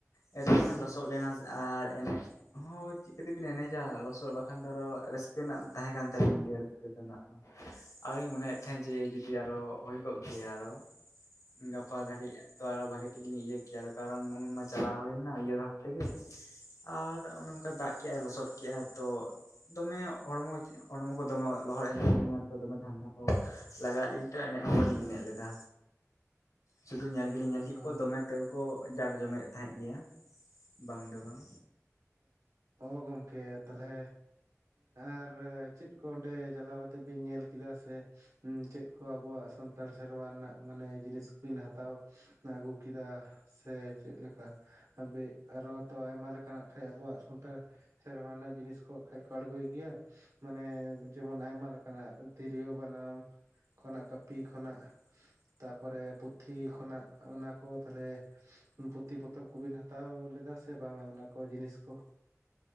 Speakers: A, on the left; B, on the right.
A: <unintelligible> ᱢᱟᱱᱮ ᱞᱚᱥᱚᱫ ᱞᱮᱱᱟ ᱟᱨ ᱮᱱᱮᱡ ᱦᱚ ᱪᱤᱠᱟ ᱵᱤᱱ ᱮᱱᱮ ᱡᱟ ᱞᱚᱥᱚᱫ ᱵᱟᱠᱷᱟᱱ ᱫᱷᱚᱨᱚ ᱨᱟᱹᱥᱠᱟᱹ ᱨᱮᱱᱟᱜ ᱫᱚ ᱛᱟᱦᱮᱸ ᱠᱟᱱ ᱛᱟᱞᱤᱧ ᱜᱮᱭᱟ ᱨᱟᱹᱥᱠᱟᱹ ᱨᱮᱱᱟᱜ ᱫᱚ᱾ ᱟᱨᱚᱧ ᱢᱚᱱᱮᱭᱮᱫ ᱛᱟᱦᱮᱸ ᱡᱮ ᱡᱩᱫᱤ ᱟᱨᱚ ᱦᱩᱭ ᱠᱚᱜ ᱜᱮᱭᱟ ᱟᱨᱚ ᱜᱟᱯᱟ ᱜᱟᱯᱟ ᱫᱷᱟᱨᱤᱡ ᱛᱚ ᱟᱨᱚ ᱵᱷᱟᱜᱤ ᱴᱷᱤᱠ ᱤᱧ ᱤᱭᱟᱹ ᱠᱮᱭᱟ᱾ ᱠᱟᱨᱚᱱ ᱩᱱ ᱢᱟ ᱪᱟᱞᱟᱣ ᱦᱩᱭ ᱞᱮᱱᱟ ᱤᱭᱟᱹ ᱵᱷᱟᱵ ᱛᱮ ᱜᱮ ᱟᱨ ᱚᱱᱮ ᱚᱱᱠᱟ ᱫᱟᱜ ᱠᱮᱜᱟᱭ ᱞᱚᱥᱚᱫ ᱠᱮᱜ-ᱟᱭ᱾ ᱛᱚ ᱫᱚᱢᱮ ᱦᱚᱲᱢᱚ ᱦᱚᱲᱢᱚ ᱠᱚ ᱫᱚᱢᱮ ᱞᱚᱦᱚᱫ ᱮᱱ ᱛᱚ ᱫᱚᱢᱮ ᱴᱷᱟᱱᱰᱟ ᱠᱚ ᱞᱟᱜᱟᱣᱟᱜ ᱞᱤᱧ ᱛᱚ ᱮᱱᱮᱡ ᱦᱚᱸ ᱵᱟᱞᱤᱧ ᱮᱱᱮᱡ ᱞᱮᱫᱟ ᱥᱩᱫᱷᱩ ᱧᱮᱞ ᱜᱮᱞᱤᱧ ᱧᱮᱞ
B: ᱚ
A: ᱠᱮᱫ ᱠᱚᱣᱟ ᱫᱚ ᱢᱮ ᱛᱟᱹᱣ ᱠᱚ ᱡᱟᱠ ᱡᱚᱢᱮᱫ ᱛᱟᱦᱮᱫ ᱜᱮᱭᱟ ᱵᱟᱝ ᱫᱚ ᱵᱟᱝ
B: ᱚ ᱜᱚᱢᱝᱠᱮ ᱛᱟᱦᱚᱞᱮ ᱟᱨ ᱪᱮᱫ ᱠᱚ ᱚᱸᱰᱮ ᱪᱟᱞᱟᱣ ᱠᱟᱛᱮ ᱵᱤᱱ ᱧᱮᱞ ᱠᱮᱫᱟ ᱥᱮ ᱪᱮᱫ ᱠᱚ ᱟᱵᱚᱣᱟᱜ ᱥᱟᱱᱛᱟᱲ ᱥᱮᱨᱣᱟ ᱨᱮᱱᱟᱜ ᱢᱟᱱᱮ ᱡᱤᱱᱤᱥ ᱵᱤᱱ ᱦᱟᱛᱟᱣ ᱟᱹᱜᱩ ᱠᱮᱫᱟ ᱥᱮ ᱪᱮᱫ ᱞᱮᱠᱟ ᱟᱵᱮᱸ ᱟᱨᱚᱛ ᱛᱚ ᱟᱭᱢᱟ ᱞᱮᱠᱟᱱᱟᱜ ᱠᱷᱟᱡ ᱟᱵᱚᱣᱟᱜ ᱥᱟᱱᱛᱟᱲ ᱥᱮᱨᱣᱟ ᱨᱮᱱᱟᱜ ᱡᱤᱱᱤᱥ ᱠᱚ ᱠᱷᱟᱡ ᱠᱚ ᱟᱬᱜᱚᱭ ᱜᱮᱭᱟ ᱢᱟᱱᱮ ᱡᱮᱢᱚᱱ ᱟᱭᱢᱟ ᱞᱮᱠᱟᱱ ᱟᱜ ᱛᱤᱨᱭᱳ ᱵᱟᱱᱟᱢ ᱠᱷᱚᱱᱟᱜ ᱠᱟᱯᱤ ᱠᱷᱚᱱᱟᱜ ᱛᱟᱯᱚ ᱨᱮ ᱯᱩᱛᱷᱤ ᱠᱷᱚᱱᱟᱜ ᱚᱱᱟ ᱠᱚ ᱛᱟᱦᱞᱮ ᱯᱩᱛᱷᱤ ᱯᱚᱛᱚᱵ ᱠᱩ ᱵᱤᱱ ᱦᱟᱛᱟᱣ ᱞᱮᱫᱟ ᱥᱮ ᱵᱟᱝ ᱟ ᱚᱱᱟ ᱠᱚ ᱡᱤᱱᱤᱥ ᱠᱚ᱾